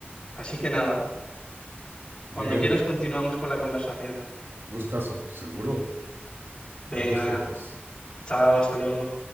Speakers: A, on the left (about 20°); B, on the right (about 80°).
A: Así que nada,
B: Miguel,
A: cuando quieras continuamos con la conversación.
B: gustazo, seguro. Buenos
A: Venga,
B: tiempos.
A: chao, hasta luego.